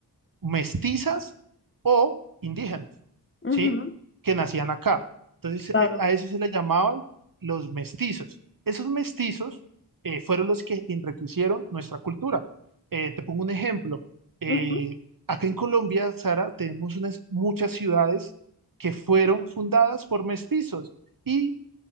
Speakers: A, on the right; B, on the left.
A: mestizas o indígenas,
B: Ujú.
A: ¿sí? Que nacían acá. Entonces,
B: Claro.
A: eh, a eso se le llamaban los mestizos. Esos mestizos eh, fueron los que enriquecieron nuestra cultura. Eh, te pongo un ejemplo. Eh,
B: Ujú.
A: acá en Colombia, Sara, tenemos unas, muchas ciudades que fueron fundadas por mestizos y